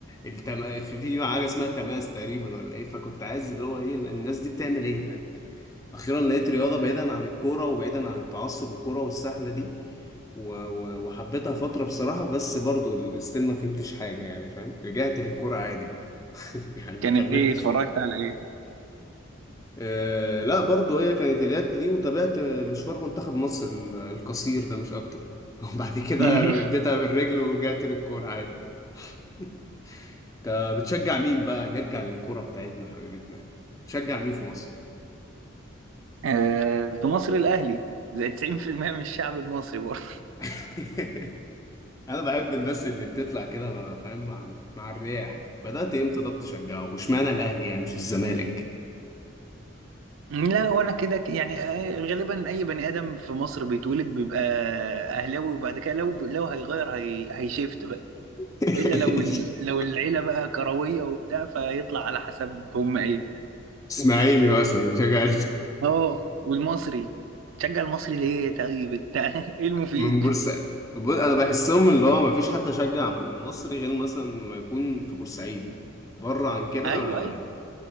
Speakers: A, on the left; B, on the right.
A: التم... في في حاجه اسمها تماس تقريبا ولا ايه فكنت عايز اللي هو ايه الناس دي بتعمل ايه فاهم اخيرا لقيت رياضه بعيدا عن الكوره وبعيدا عن التعصب الكوره والسهله دي و... و... وحبيتها فتره بصراحه بس برضو ال- ستيل ما فهمتش حاجه يعني فاهم رجعت للكوره عادي بقى <laughs> يعني
B: كانت
A: ما كملتش
B: ايه اتفرجت
A: فيها
B: على ايه
A: آه لا برضو هي كانت اليد دي وتابعت مشوار منتخب مصر ال- القصير ده مش اكتر <laughs> وبعد كده
B: <laughs>
A: رمدتها بالرجل ورجعت للكورة عادي <laughs> انت بتشجع مين بقى نرجع للكورة بتاعتنا حبيبتنا بتشجع مين في مصر
B: آه، في مصر الأهلي زي 90% من الشعب المصري برضه
A: <laughs> انا بحب الناس اللي بتطلع كده فاهم مع مع الرياح بدأت امتى طب تشجعه واشمعنى الاهلي يعني مش الزمالك
B: لا وانا كده ك- يعني آه، غالبا اي بني ادم في مصر بيتولد بيبقى اهلاوي وبعد كده لو لو هيغير هي هيشيفت بقى
A: <laughs>
B: الا لو ال... لو العيله بقى كرويه وبتاع فيطلع على حسب هم ايه
A: اسماعيلي مثلا شجع
B: اه والمصري تشجع المصري ليه طيب انت <laughs> ايه المفيد
A: من بورسعيد بص انا بحسهم اللي هو مفيش حد يشجع مصري غير مثلا لما يكون في بورسعيد بره عن كده
B: ايوه
A: ما-
B: ايوه